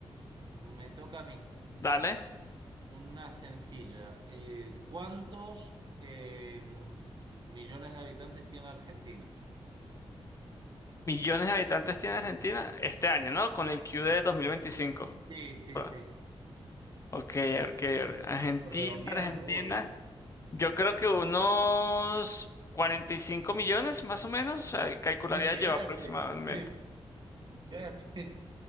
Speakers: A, on the right; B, on the left.
A: me toca a mí.
B: Dale.
A: Una sencilla. Eh, ¿cuántos eh, millones de habitantes tiene Argentina?
B: Millones de habitantes tiene Argentina este año, ¿no? Con el Q de 2025.
A: Sí, sí,
B: Ah,
A: sí.
B: Ok, ok. ok. Argentina,
A: Redondeando,
B: Argentina.
A: obvio.
B: Yo creo que unos 45 millones, más o menos, ah, calcularía
A: Le pegaste,
B: yo aproximadamente.
A: le pegaste. <laughs>